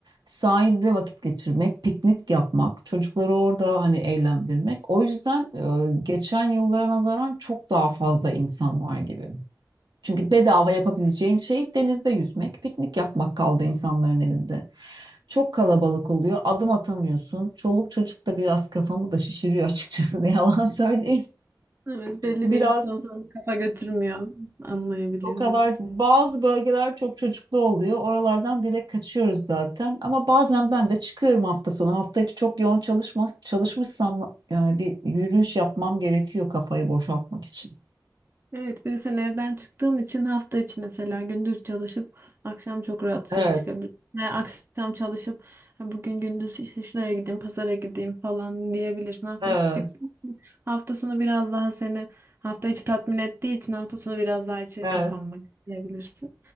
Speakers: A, on the right; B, on the right.
A: sahilde vakit geçirmek, piknik yapmak, çocukları orada hani eğlendirmek. O yüzden e, geçen yıllara nazaran çok daha fazla insan var gibi. Çünkü bedava yapabileceğin şey denizde yüzmek, piknik yapmak kaldı insanların elinde. Çok kalabalık oluyor. Adım atamıyorsun. Çoluk çocuk da biraz kafamı da şişiriyor açıkçası ne yalan <laughs> söyleyeyim.
B: Evet belli
A: Biraz
B: bir yaştan sonra kafa götürmüyor. Anlayabiliyorum.
A: o kadar bazı bölgeler çok çocuklu oluyor. Oralardan direkt kaçıyoruz zaten. Ama bazen ben de çıkıyorum hafta sonu. Hafta içi çok yoğun çalışma, çalışmışsam yani bir yürüyüş yapmam gerekiyor kafayı boşaltmak için.
B: Evet, bir de sen evden çıktığın için hafta içi mesela gündüz çalışıp akşam çok rahat dışarı
A: Evet.
B: çıkabilirsin. Yani akşam çalışıp "Ha, bugün gündüz işte şuraya gideyim, pazara gideyim falan diyebilirsin. Hafta
A: Evet,
B: içi çıktığın için hafta sonu biraz daha seni hafta içi tatmin ettiği için hafta sonu biraz daha içeri
A: evet.
B: kapanmak isteyebilirsin.